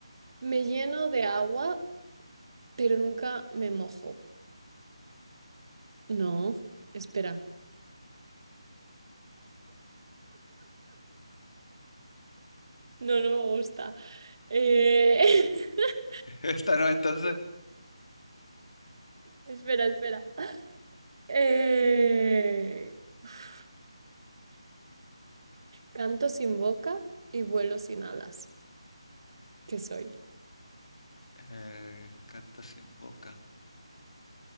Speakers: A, on the right; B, on the left.
A: Me lleno de agua, pero nunca me mojo. No, espera. No, no me gusta. Eh, <laughs>
B: Esta no, entonces.
A: Espera, espera. Eh, uf. Canto sin boca y vuelo sin alas. ¿Qué soy?
B: Eh, canto sin boca.